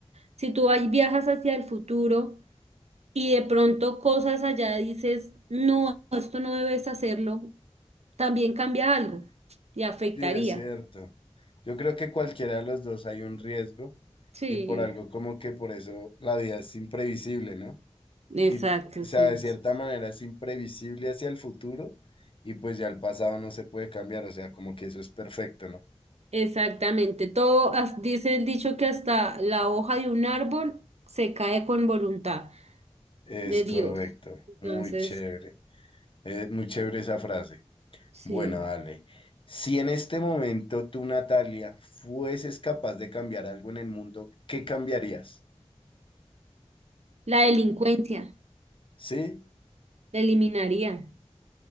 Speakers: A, on the right; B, on the left.
A: Si tú ahí viajas hacia el futuro y de pronto cosas allá dices, no, esto no debes hacerlo, también cambia algo y afectaría.
B: Sí, es cierto. Yo creo que cualquiera de los dos hay un riesgo
A: Sí,
B: y por algo como que por eso la vida es imprevisible, ¿no?
A: exacto,
B: Y, o sea,
A: sí.
B: de cierta manera es imprevisible hacia el futuro y pues ya el pasado no se puede cambiar, o sea, como que eso es perfecto, ¿no?
A: Exactamente. Todo, as- dice el dicho que hasta la hoja de un árbol se cae con voluntad
B: Es
A: de
B: correcto,
A: Dios. Entonces,
B: muy chévere, es muy chévere esa frase.
A: sí.
B: Bueno, dale. Si en este momento tú, Natalia, fueses capaz de cambiar algo en el mundo, ¿qué cambiarías?
A: La delincuencia.
B: ¿Sí?
A: la eliminaría.